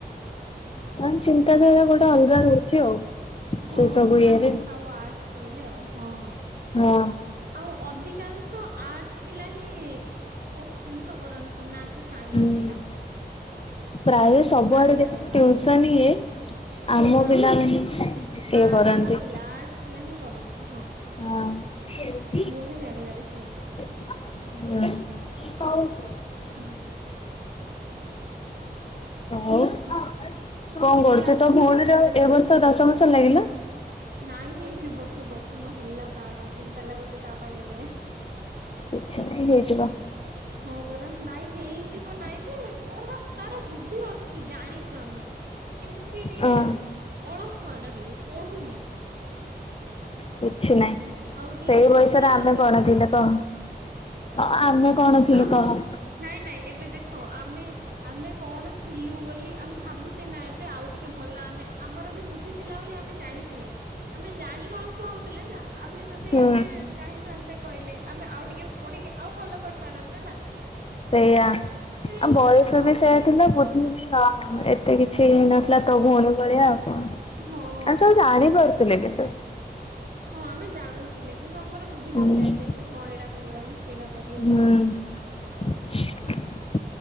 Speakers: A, on the left (about 35°); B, on the right (about 60°).
A: ମାନ୍ ଚିନ୍ତାଧାରା ଗୋଡା ଅଲଗା ରହୁଛି ଆଉ।
B: ହଁ,
A: ସେ ସବୁ
B: ସାଇନ୍ସ
A: ଇଏରେ
B: ଆଉ ଆର୍ଟସ୍ କହିଲେ ଆଉ ହଁ।
A: ହଁ।
B: ଆଉ ଅଧିକାଂଶ ଆର୍ଟସ ପିଲା ହିଁ ବହୁତ ଜିନିଷ କରନ୍ତି ନା କି ସାଇନ୍ସ
A: ହୁଁ
B: ପିଲା।
A: ପ୍ରାୟ ସବୁଆଡେ
B: ମୁଁ ଜାଣିବାରେ
A: ଦେଖିବୁ
B: ତ
A: ଟ୍ୟୁସନ୍ ଇଏ ଆମ
B: ହଁ
A: ପିଲାମାନେ ଇଏ
B: ଆ
A: କରନ୍ତି।
B: ଆମ ପିଲା ଆର୍ଟସ ପିଲା ହିଁ କରନ୍ତି ହଁ।
A: ହଁ।
B: ମୁଁ ବି ଜାଣିିବାରେ ସେଇଟା।
A: ହୁଁ।
B: ହୁଁ।
A: ହଉ
B: ଓହୋ
A: କଣ
B: କେତେବେଳେ
A: କରୁଛୁ?
B: ଆସୁଛ
A: ତୋ ଭଉଣୀର
B: ତମେ ଟିଉସନ?
A: ଏ ବର୍ଷ ଦଶମ ସରିଲା କିଲୋ?
B: ନାଇଁ, ଏ ବର୍ଷ ଦଶମ ହେଲା ତାର ଚିନ୍ତା ଲାଗୁଛି ତା ପାଇଁ ଏବେ।
A: କିଛି ନାହିଁ ହେଇଯିବ।
B: ହଁ, ପରା। ନାଇଁ ହେଇଯିବ ନାଇଁ ଯେ, ପଢା ତାର ବୁଦ୍ଧି ଅଛି। ଜାଣି ଆମେ, କିନ୍ତୁ ସିଏ ଟିକେ
A: ହଁ
B: ଅଳସୁଆ ଟା ଟିକେ ପଢୁନି।
A: କିଛି
B: ହୁଁ,
A: ନାହିଁ।
B: ଆଉ ଟିକେ
A: ସେଇ
B: ମୋବାଇଲ୍
A: ବୟସରେ ଆମେ
B: ଅଧିକ
A: କଣ
B: ଦେଖୁଛି।
A: ଥିଲେ କହ? ହଁ
B: ହଉଁ
A: ଆମେ କଣ ଥିଲେ
B: ଆମେ
A: କହ?
B: ନାଇଁ, ନାଇଁ ଏବେ ଦେଖ, ଆମେ ଆମେ କଣ ଥିଲୁ ବୋଲି ଆମେ ଭାବୁଛେ ନା ଏବେ? ଆଉ ଟିକେ ଭଲ ଆମେ, ଆମର ବି ବୁଦ୍ଧି ଥିଲା ବୋଲି ଆମେ ଜାଣିଥିଲେ, ଆମେ ଜାଣି କି ଅଳସୁଆ ହଉ ଥିଲେ ନା ଆମେ ଯେନ୍
A: ହୁଁ।
B: ଚାହିଁଥାନ୍ତେ କହିଲେ, ଆମେ ଆଉ ଟିକେ ପଢିକି ଆଉ ଭଲ କରିପାରନ୍ତେ ନା।
A: ସେୟା।
B: ସେଇଆ
A: ଆମ୍ ବୟସ
B: ତ
A: ବି ସେଇୟା
B: ମାନେ
A: ଥିଲା ବୁଦ୍ଧିବି ହଁ, ଏତ୍ ଏତେ କିଛି ହେଇନଥିଲା ତୋ ଭଉଣୀ ଭଳିଆ ଆଉ କଣ?
B: ହଁ
A: ଆମେ ସବୁ ଜାଣିପାରୁ ଥିଲେ କେତେ?
B: ହଁ ଆମେ ଜାଣୁଥିଲେ କିନ୍ତୁ ଆମର ବୁଦ୍ଧି
A: ହୁଁ
B: ନଥିଲା ଏତେ କି ହଁ ଏଇଡା କରିବା କି? ସେଇଟା କରିବା।
A: ହୁଁ।